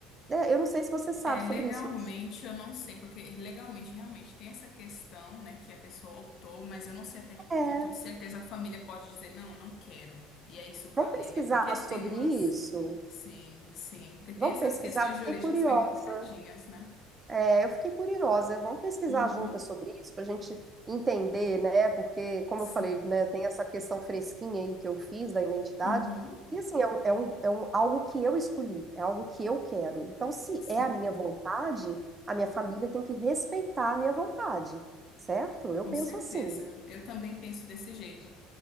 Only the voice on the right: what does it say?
É, eu não sei se você sabe
sobre isso, mas
é,
vamos pesquisar
sobre
isso?
Vamos
pesquisar?
Fiquei curiosa.
É, eu fiquei curiosa. Vamos pesquisar
juntas sobre isso para a gente entender, né? Porque, como
eu falei, né, tem essa questão fresquinha aí que eu fiz da identidade.
E assim, é, um, é, um, é um, algo que eu escolhi, é algo que eu quero. Então, se
é a minha vontade, a minha família tem que respeitar a minha vontade, certo? Eu
penso
assim.